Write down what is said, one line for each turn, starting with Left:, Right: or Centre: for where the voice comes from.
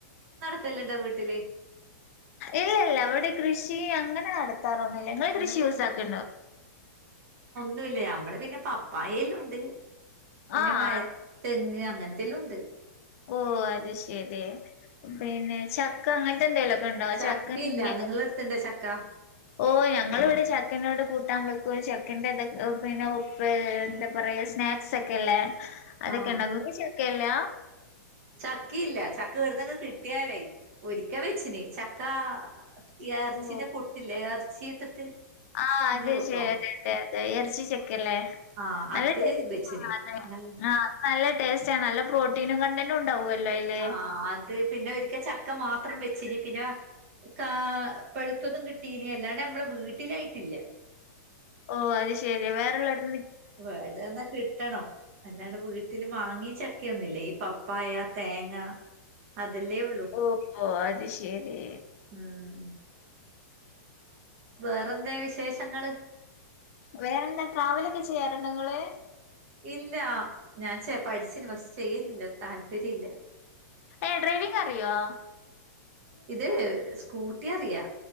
Right: ല്ലണ്ടോ വീട്ടില്
Left: ഇല്ല ഇല്ല അവിടെ കൃഷി അങ്ങനെ നട നടത്താറൊന്നുമില്ല നിങ്ങൾ കൃഷി
Right: എന്തെങ്കും
Left: യൂസ് ആക്കണ്ടോ
Right: ഞമ്മള് പിന്നെ പപ്പായ എല്ലാണ്ട് പിന്നെ
Left: ആഹ്
Right: മഴ തെങ് അങ്ങനത്തെല്ലാം ഉണ്ട്
Left: ഓ അത് ശെരി പിന്നെ ചക്കങ്ങ ചക്ക എന്തെലുംക്കെ ഉണ്ടാവോ
Right: ചക്കയില്ല
Left: ചക്ക ഇങ്ങ
Right: നിങ്ങള എടുത്തണ്ടോ ചക്ക
Left: ഓ ഞങ്ങൾ ഇവിടെ ചക്കനോട് കൂട്ടാൻ വെക്കും ചക്കൻന്റെ ഇതൊക്കെ പിന്നെ ഉപ്പ് എന്താ പറയാ സ്നാക്സ് ഒക്കെല്ലേ അതൊക്കെണ്ട
Right: ആഹ്
Left: ഇങ്ങ് ചേർക്കെല്ല
Right: ചക്കയില്ല ചക്ക കേടുന്ന കിട്ടിയാലേ ഒരിക്ക വെച്ചന് ചക്കാ ഇറച്ചീന്റെ
Left: ഓ
Right: കൊട്ടില്ലേ ഇറച്ചി ഇട്ടിട്ട്
Left: ആ
Right: നിങ്ങള്
Left: അത
Right: വെക്കോ
Left: ശരി അതെ അതെ അതെ ഇറച്ചി ചെക്കല്ലേ
Right: ആഹ്
Left: നല്ല
Right: അത്
Left: ടേസ്റ്റ്
Right: വെച്ചിന്
Left: അത
Right: നല്ല
Left: ആ നല്ല ടേസ്റ്റ് നല്ല പ്രോട്ടീനും കണ്ടന്റും ഉണ്ടാവുവല്ലോ അയില്.
Right: ആ അത് പിന്നെ ഒരിക്കൽ ചക്ക മാത്രം വെച്ചിന് പിന്നെ കാ പെഴുത്തതും കിട്ടീന അല്ലാണ്ട് നമ്മുടെ വീട്ടിലായിട്ടില്ല
Left: ഓ അത് ശരി വറെ എള്ളായിടത്ത
Right: വേട്ടന്നാ കിട്ടണോ അല്ലാണ്ട് വീട്ടില് വാങ്ങിയ ചക്കൊന്നുംല്ല ഈ പപ്പായ തേങ്ങ അതല്ലേ ഉള്ളൂ
Left: ഓഹ് ഓഹ് അത് ശെരി.
Right: ഉം വേറ എന്താ വിശേഷങ്ങള്
Left: വേറെന്താ ട്രാവലൊക്കെ ചെയ്യാറുണ്ടോ ഇങ്ങള്
Right: ഇല്ല ഞാൻ ചെ പഠിച്ചിന് പക്ഷെ ചെയ്യുന്നില്ലാ താല്പര്യ ഇല്ല
Left: ഏഹ് ഡ്രൈവിംഗ് അറിയോ?
Right: ഇത് സ്കൂട്ടി അറിയാ